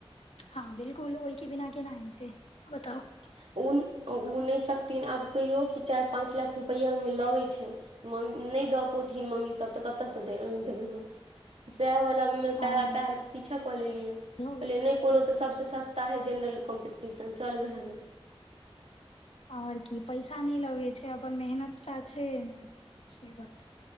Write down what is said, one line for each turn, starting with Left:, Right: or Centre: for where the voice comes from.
Left: हँ बिल्कुल ओहि के बिना केना हेतै बताउ
Right: उ उ नहि सकथिन आब कहियौ कि चारि पाँच लाख रुपैया ओहिमे लगै छै नहि दऽ पौथिन मम्मी सब तऽ कतऽ से दे देबै हम सएह वला
Left: हँ
Right: पैर पीछा कऽ लेलियै
Left: इहो
Right: कहलियै
Left: बात
Right: नहि
Left: छै
Right: कोनो तऽ सबसे सस्ता ता हय जेनरल कम्पीटीशन चल वएह मे
Left: आओर की पैसा नहि लगै छै अपन मेहनत टा छै एहिमे से बात